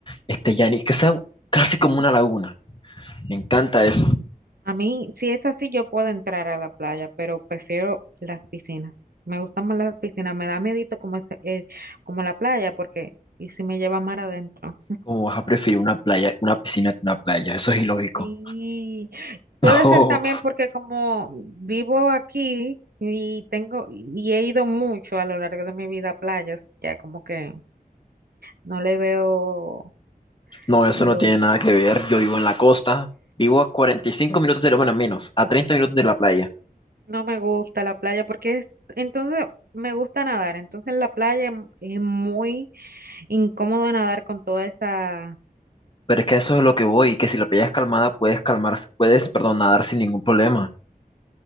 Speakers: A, on the left (about 30°); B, on the right (about 80°).
A: esté ya ni- que sea casi como una laguna. Me encanta eso.
B: A mí, si es así, yo puedo entrar a la playa, pero prefiero las piscinas. Me gustan más las piscinas, me da miedito como, ese- eh, como la playa, porque y si me lleva mar adentro.
A: ¿Cómo vas a preferir una playa, una piscina que una playa? Eso es ilógico.
B: Sí,
A: <laughs>
B: puede
A: No.
B: ser también porque como vivo aquí y tengo y he ido mucho a lo largo de mi vida a playas, ya como que No le veo
A: No, eso
B: lo...
A: no tiene nada que ver. Yo vivo en la costa, vivo a 45 minutos de lo bueno, menos, a 30 minutos de la playa.
B: No me gusta la playa porque es... Entonces, me gusta nadar. Entonces, en la playa m- es muy incómodo nadar con toda esa...
A: Pero es que eso es lo que voy, que si la playa es calmada puedes calmar, puedes, perdón, nadar sin ningún problema.